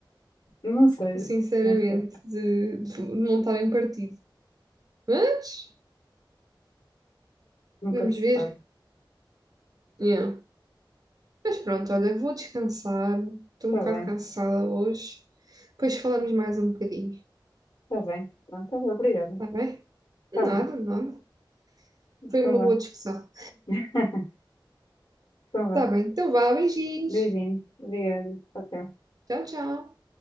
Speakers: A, on the left (about 70°); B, on the right (about 45°).
A: Não sei,
B: sinceramente,
A: não sei.
B: de, de montar em partido. Mas,
A: Nunca
B: vamos
A: se
B: ver.
A: sabe.
B: Yeah. Mas pronto, olha, vou descansar, estou
A: Está
B: um bocado
A: bem,
B: cansada hoje. Depois falamos mais um bocadinho,
A: está bem. Pronto, tá bem, obrigada.
B: está bem?
A: Está
B: Nada,
A: bem,
B: nada.
A: então
B: Foi uma
A: vá.
B: boa discussão.
A: <laughs> Então vá.
B: Está bem, então vá, beijinhos.
A: Beijinho. Obrigada. Até.
B: Tchau, tchau.